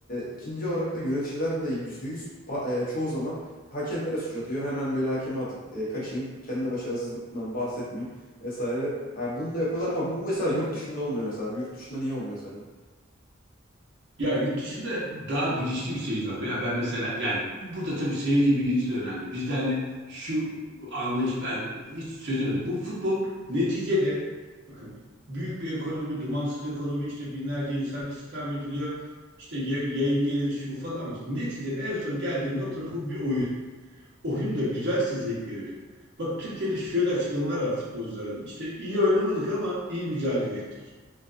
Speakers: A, on the left; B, on the right.
A: ikinci olarak da yöneticiler de %100 ba- e, çoğu zaman hakemlere suç atıyor. Hemen böyle hakeme atıp e, kaçayım. Kendi başarısızlıktan bahsetmeyeyim vesaire. Yani bunu da yapıyorlar ama bu mesela yurt dışında olmuyor mesela. Bu yurt dışında niye olmuyor sence?
B: Ya yurt dışında daha bilinçli bir seyirci var. Ya ben mesela yani burada tabii seyirci bilinci de önemli. Bizde hani şu anlayış ben hiç çözemedim. Bu futbol neticede bakın büyük bir ekonomi, dumansız ekonomi işte binlerce insan istihdam ediliyor. İşte ya- yayın geliri şu bu falan ama neticede en son geldiğin noktada bu bir oyun. Oyun da güzelse zevk verir. Bak Türkiye'de şöyle açıklamalar var futbolcuların. İşte iyi oynamadık ama iyi mücadele ettik.